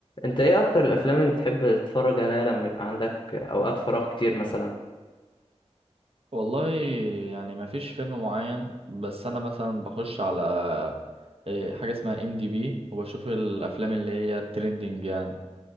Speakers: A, on the left; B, on the right.
A: انت ايه اكتر الافلام اللي بتحب تتفرج عليها لما يبقى عندك اوقات فراغ كتير مثلا
B: والله يعني ما فيش فيلم معين بس انا مثلا بخش على إيه، حاجه اسمها ام دي بي وبشوف الافلام اللي هي الترندنج يعني